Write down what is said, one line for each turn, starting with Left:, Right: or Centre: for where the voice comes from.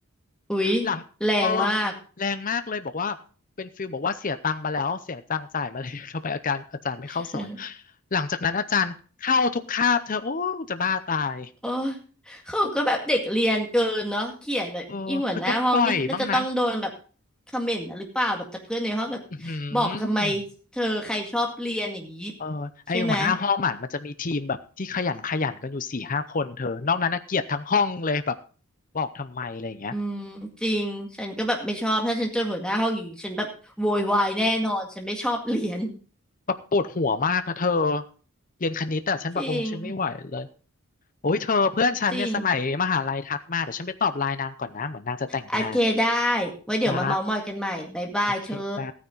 Centre: อุ๊ย
Left: หลังเออ
Centre: แรงมาก
Left: แรงมากเลยบอกว่าเป็นฟิลบอกว่าเสียตังค์มาแล้วเสียตังค์จ่ายมาเลย <laughs> ทำไมอาการอาจารย์ไม่เข้าสอน
Centre: <laughs>
Left: หลังจากนั้นอาจารย์เข้าทุกคาบเธอโอ้จะบ้าตาย
Centre: โอ้ยเขาก็แบบเด็กเรียนเกินเนาะเขียนแบบอีหัวหน้าห้องนี่น่าจะต้องโดนแบบ
Left: เออคือต้องปล่อยบ้างนะ
Centre: คอมเมนต์นะหรือเปล่าแบบจากเพื่อนในห้องแบบ
Left: อือหื
Centre: บอกทำไม
Left: อ
Centre: เธอใครชอบเรียนอย่างนี้
Left: เออไอหัวหน้าห้องอ่ะมันจะมีทีมแบบที่ขยันขยันกันอยู่สี่ห้าคนเธอนอกนั้นน่ะเกลียดทั้งห้องเลยแบบ
Centre: ใช่ไหม
Left: บอกทำไมอะไรอย่างเงี้ย
Centre: อืมจริงฉันก็แบบไม่ชอบถ้าฉันเจอหัวหน้าห้องอย่างนี้ฉันแบบโวยวายแน่นอนฉันไม่ชอบเรียน <laughs>
Left: แบบปวดหัวมากนะเธอเรียนคณิตอะฉันแบบโอ้ฉันไม่ไหวเลย
Centre: จริง
Left: โอ้ยเธอเพื่อนฉันเนี่ยสมัยมหาลัยทักมาเดี๋ยวฉันไปตอบไลน์นางก่อนนะเหมือนนางจะแต่งงาน
Centre: จริงโอเคได้ไว้เดี๋ยวมาเมาท์มอยกันใหม่บ๊ายบายเธอ
Left: จ้าโอเคจ้า